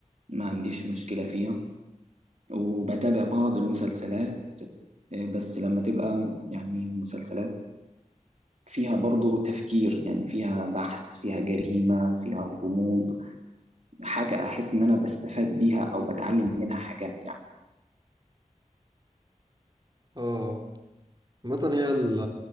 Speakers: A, on the right; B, on the right.
A: ما عنديش مشكله فيها وبتابع بعض المسلسلات آه، بس لما تبقى يعني مسلسلات فيها برضو تفكير يعني فيها بحث فيها جريمة فيها غموض حاجة أحس إن أنا بستفاد بيها أو بتعلم منها حاجات يعني.
B: اه عامة هي ال-